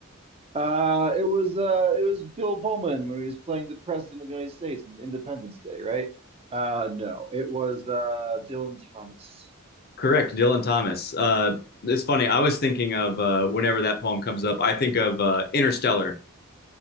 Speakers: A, on the right; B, on the left.
A: Uh, it was uh, it was Bill Pullman when he was playing the President of the United States in Independence Day, right? Uh, no, it was uh, Dylan Thomas.
B: Correct, Dylan Thomas. Uh, it's funny. I was thinking of uh whenever that poem comes up, I think of uh Interstellar.